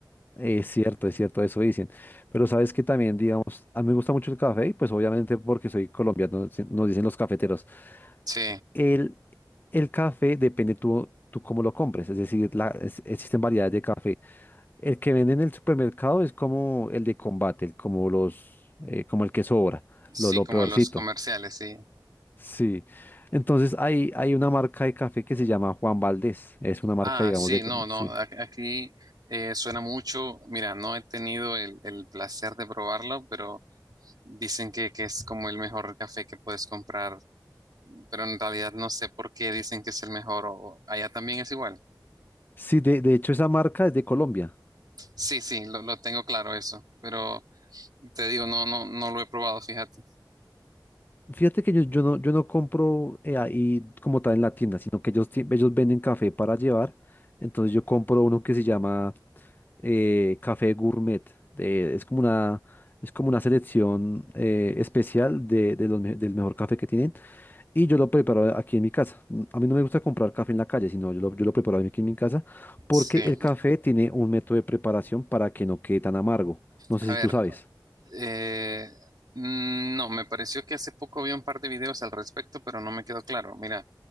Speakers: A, on the left; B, on the right.
A: Es cierto, es cierto, eso dicen. Pero sabes que también, digamos, a mí me gusta mucho el café y pues obviamente porque soy colombiano, se- nos dicen los cafeteros.
B: Sí,
A: El, el café depende tú, tú cómo lo compres, es decir, la- es- existen variedades de café. El que venden en el supermercado es como el de combate, el- como los, eh, como el que sobra,
B: sí,
A: lo, lo
B: como
A: peorcito.
B: los comerciales, sí.
A: Sí. Entonces hay, hay una marca de café que se llama Juan Valdés. Es una marca,
B: Ah,
A: digamos,
B: sí,
A: de
B: no, no,
A: sí.
B: a- aquí eh, suena mucho. Mira, no he tenido el, el placer de probarlo, pero dicen que, que es como el mejor café que puedes comprar. Pero en realidad no sé por qué dicen que es el mejor o o allá también es igual.
A: Sí, de, de hecho esa marca es de Colombia.
B: Sí, sí, lo, lo tengo claro eso, pero te digo, no, no, no lo he probado, fíjate.
A: Fíjate que yo, yo no, yo no compro eh, ahí como tal en la tienda, sino que ellos, ti- ellos venden café para llevar. Entonces yo compro uno que se llama eh, café gourmet. de- es como una, es como una selección eh, especial de, de los me- del mejor café que tienen. Y yo lo preparo aquí en mi casa. Mm, A mí no me gusta comprar café en la calle, sino yo lo, yo lo preparo aquí en mi casa porque
B: Sí,
A: el café tiene un método de preparación para que no quede tan amargo. No
B: a
A: sé si
B: ver,
A: tú sabes.
B: eh, mm, no, me pareció que hace poco vi un par de videos al respecto, pero no me quedó claro. Mira,